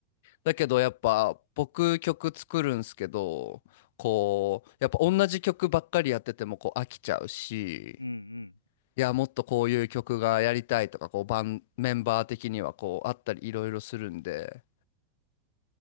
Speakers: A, on the left (about 50°); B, on the left (about 80°).
A: だけどやっぱ僕曲作るんすけどこうやっぱ同じ曲ばっかりやっててもこう飽きちゃうし
B: い。うんうん。
A: いやもっとこういう曲がやりたいとかこうバンメンバー的にはこうあったりいろいろするんで。